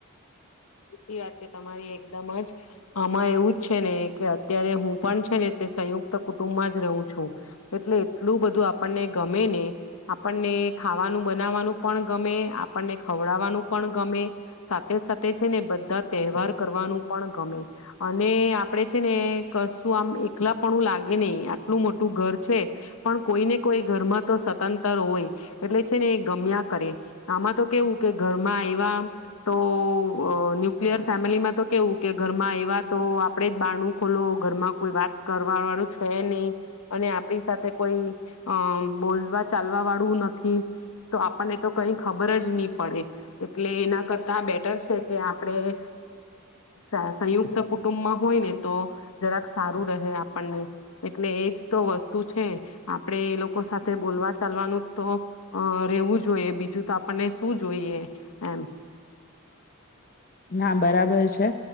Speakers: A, on the left; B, on the left.
A: સાચી વાત છે તમારી એકદમ જ આમાં એવું જ છે ને કે અત્યારે હું પણ છે ને તે સંયુક્ત કુટુંબમાં જ રહું છું એટલે એટલું બધું આપણને ગમે ને આપણને ખાવાનું બનાવાનું પણ ગમે આપણને ખવડાવવાનું પણ ગમે સાથે સાથે જ છે ને બધા તહેવાર કરવાનું પણ ગમે. અને આપડે છે ને કશું આમ એકલા પણું લાગે નહી આટલું મોટું ઘર છે પણ કોઈને કોઈ ઘરમાં તો સતંતર હોય એટલે છે ને એ ગમ્યા કરે આમાં તો કેવું કે ઘરમાં આવ્યા તો અ ન્યુક્લિયર ફેમિલીમાં તો કેવું કે ઘરમાં એવા તો આપણે જ બહારણું ખોલો ઘરમાં કોઈ વાત કરવા વાળું છે નહી અને આપણી સાથે કોઈ અ બોલવા ચાલવા વાળું નથી તો આપણને તો કઈ ખબર જ નહી પડે એટલે એના કરતા આ બેટર છે. કે આપણે અ સંયુક્ત કુટુંબમાં હોય ને તો જરાક સારું રહે આપણને એટલે એજ તો વસ્તુ છે આપણેે એ લોકો સાથે બોલવા ચાલવાનું તો અ રહેેવું જોઈએ બીજું તો આપણને શું જોઈએ એમ.
B: ના બરાબર છે